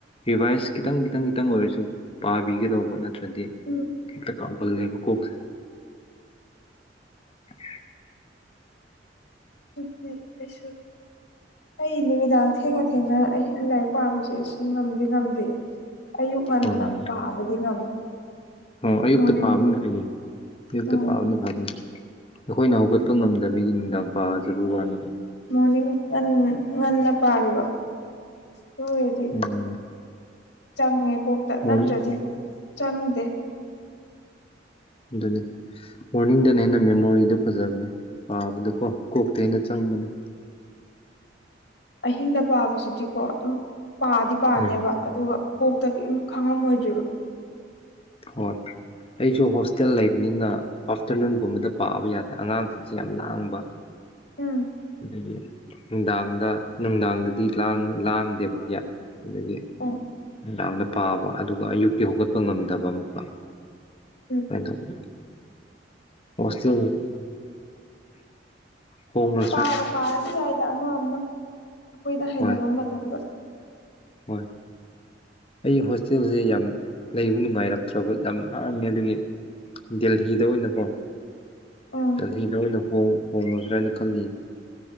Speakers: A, on the left; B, on the left.
A: ꯔꯤꯚꯥꯏꯁ ꯈꯤꯗꯪ ꯈꯤꯗꯪ ꯈꯤꯗꯪ ꯑꯣꯏꯔꯁꯨ ꯄꯥꯕꯤꯒꯗꯧꯕ ꯅꯠꯇ꯭ꯔꯗꯤ
B: ꯎꯝ
A: ꯍꯦꯛꯇ ꯀꯥꯎꯒꯜꯂꯦꯕ ꯀꯣꯛꯁꯦ <inaudible>
B: ꯇꯨꯇꯤ ꯑꯩꯁꯨ ꯑꯩ ꯅꯨꯃꯤꯗꯥꯡ ꯊꯦꯡꯅ ꯊꯦꯡꯅ ꯑꯍꯤꯡ ꯂꯥꯏꯔꯤꯛ ꯄꯥꯕꯁꯦ ꯁꯤ ꯉꯝꯗꯤ ꯉꯝꯗꯦ ꯑꯌꯨꯛ ꯉꯟꯅ
A: ꯎꯝ
B: ꯄꯥꯕꯗꯤ ꯉꯝꯃꯤ
A: ꯑꯣ ꯑꯌꯨꯛꯇ
B: ꯃꯣꯔꯅꯤꯡ
A: ꯄꯥꯕꯅ ꯐꯩꯌꯦ ꯑꯌꯨꯛꯇ
B: ꯎꯝ
A: ꯄꯥꯕꯅ ꯐꯕꯅꯦ ꯑꯩꯈꯣꯏ ꯅꯥꯎꯒꯠ ꯄ ꯉꯝꯗꯕꯒꯤ ꯅꯨꯡꯗꯥꯡ ꯄꯥ ꯖꯒꯣ ꯋꯥꯅꯤꯗ
B: ꯃꯣꯔꯅꯤꯡ ꯉꯟ ꯉꯟꯅ ꯄꯥꯔꯤꯕ ꯇꯣꯏꯌꯤꯠ ꯗꯤ
A: ꯎꯝ
B: ꯆꯪꯉꯦ ꯀꯣꯛꯇ
A: ꯃꯣꯔꯅꯤꯡ
B: ꯅꯠꯇ꯭ꯔꯗꯤ ꯆꯪꯗꯦ
A: ꯗꯨꯅꯤ ꯃꯣꯔꯅꯤꯡꯗꯅ ꯍꯦꯟꯅ ꯃꯦꯃꯣꯔꯤꯗꯨ ꯐꯖꯕꯅꯦ ꯄꯥꯕꯗꯀꯣ ꯀꯣꯛꯇ ꯍꯦꯟꯅ ꯆꯪꯕꯅꯦ
B: ꯑꯍꯤꯡꯗ ꯄꯥꯕꯁꯤꯗꯤꯀꯣ ꯑꯗꯨꯝ ꯄꯥꯗꯤ ꯄꯥꯅꯦꯕ
A: ꯎꯝ
B: ꯑꯗꯨꯒ ꯀꯣꯛꯇ ꯀꯧꯏꯝ ꯈꯪꯉꯝꯃꯣꯏꯗ꯭ꯔꯤꯕ
A: ꯍꯣꯏ ꯑꯩꯁꯨ ꯍꯣꯁꯇꯦꯜ ꯂꯩꯕꯅꯤꯅ ꯑꯥꯐꯇꯔꯅꯨꯟꯒꯨꯝꯕꯗꯠ ꯄꯥꯕ ꯌꯥꯗꯦ ꯑꯉꯥꯡꯁꯤꯡꯁꯤ ꯌꯥꯝ ꯂꯥꯡꯕ
B: ꯎꯝ
A: ꯑꯗꯨꯒꯤ ꯅꯨꯡꯗꯥꯡꯗ ꯅꯨꯡꯗꯥꯡꯗꯗꯤ ꯂꯥꯡ ꯂꯥꯡꯗꯦꯕ ꯀꯤꯌꯥ ꯑꯗꯒꯤ
B: ꯎꯝ
A: ꯅꯨꯡꯗꯥꯡꯗ ꯄꯥꯕ ꯑꯗꯨꯒ ꯑꯌꯨꯛꯇꯤ ꯍꯨꯒꯠꯄ ꯉꯝꯗꯕ ꯑꯃꯨꯛꯀ
B: ꯎꯝ
A: ꯑꯃꯥꯏꯟ ꯇꯧꯕꯗꯨ ꯁ ꯍꯣꯅ
B: ꯄꯥꯔ ꯄꯥꯔꯗꯤ ꯌꯥꯏꯗ ꯑꯃ ꯑꯃ ꯑꯩꯈꯣꯏꯗ ꯍꯩꯅꯕ
A: ꯍꯣꯏ
B: ꯃꯇꯝꯗ
A: ꯍꯣꯏ ꯑꯩ ꯍꯣꯁꯇꯦꯜꯁꯦ ꯌꯥꯝ ꯂꯩꯕ ꯅꯨꯡꯉꯥꯏꯔꯛꯇ꯭ꯔꯕ ꯌꯥꯝ ꯉꯥꯡꯃꯦ ꯑꯗꯨꯒꯤ ꯗꯦꯜꯍꯤꯗ ꯑꯣꯏꯅꯀꯣ
B: ꯎꯝ
A: ꯗꯦꯜꯍꯤꯗ ꯑꯣꯏꯅ ꯍꯣꯡꯉꯗ꯭ꯔ ꯍꯥꯏꯅ ꯈꯜꯂꯤꯌꯦ